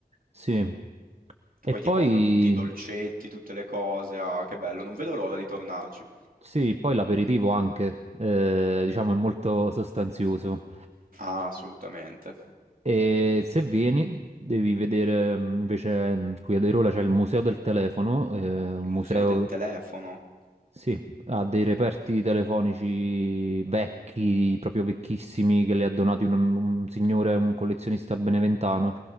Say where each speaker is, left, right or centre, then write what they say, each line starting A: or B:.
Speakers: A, on the right; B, on the right.
A: Sì.
B: Che poi
A: E
B: ti
A: poi,
B: portano tutti i dolcetti, tutte le cose. Ah, che bello, non vedo l'ora di tornarci.
A: sì, poi l'aperitivo anche, eh, diciamo, è molto sostanzioso.
B: Ah, assolutamente.
A: E se vieni, devi vedere mm, invece mm, qui ad Airola c'è il museo del telefono, eh,
B: Il
A: un
B: museo
A: museo
B: del telefono.
A: sì, ha dei reperti telefonici vecchi, proprio vecchissimi, che le ha donati un, un signore, un collezionista beneventano